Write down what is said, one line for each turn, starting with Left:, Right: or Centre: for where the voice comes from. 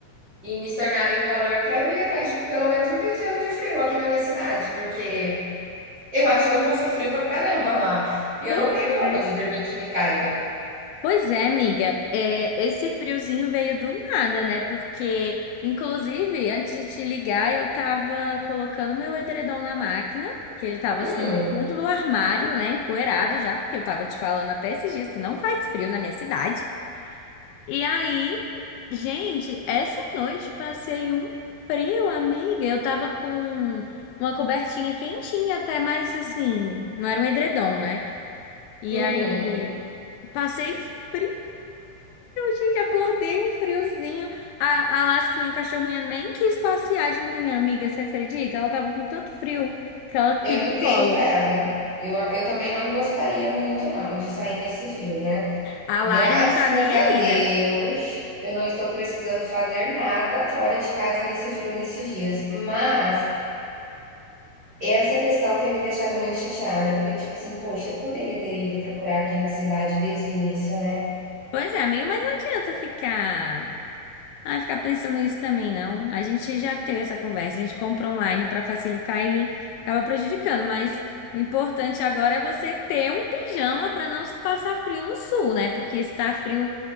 Right: e me tornarem um valor pra eu ir atrás de pelo menos um pijama de frio aqui na minha cidade, porque. Eu acho que eu vou passar frio pra caramba lá. E eu
Left: Pois
Right: não tenho roupa
Left: é.
Right: de dormir que me caiba.
Left: Pois é, amiga. É, esse friozinho veio do nada, né? Porque, inclusive, antes de te ligar, eu tava colocando meu edredom na máquina, que ele tava
Right: Hum,
Left: assim no fundo do armário, né? Empoeirado já, porque eu tava te falando até esses dias que não faz frio na minha cidade. E aí, gente, essa noite passei um frio, amiga. Eu tava com uma cobertinha quentinha até, mas assim, não era um edredom, né? E
Right: uhum.
Left: aí, passei frio, gente, acordei um friozinho. A, a Lasquinha, a cachorrinha, nem quis passear de manhã, amiga, você acredita? Ela tava com tanto frio que ela pediu
Right: Eu entendo
Left: colo.
Right: ela. Eu, eu também não gostaria muito, não, de sair nesse frio, né?
Left: A
Right: Graças
Left: Lari não tá nem
Right: a
Left: aí,
Right: Deus,
Left: né?
Right: eu não estou precisando fazer nada fora de casa nesse frio, nesses dias. Mas essa questão tem me deixado muito chateada, porque, tipo assim, poxa, eu poderia ter ido procurar aqui na cidade desde o início, né?
Left: Pois é, amiga, mas não adianta ficar. Ai, ficar pensando nisso também, não. A gente já teve essa conversa, a gente compra online para facilitar e acaba prejudicando, mas o importante agora é você ter um pijama para não passar frio no sul, né? Porque está frio